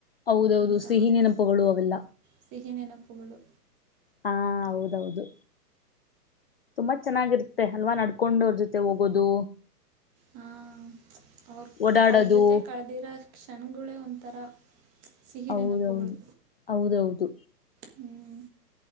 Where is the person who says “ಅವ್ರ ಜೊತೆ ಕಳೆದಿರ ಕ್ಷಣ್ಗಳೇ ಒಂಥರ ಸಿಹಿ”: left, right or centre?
Right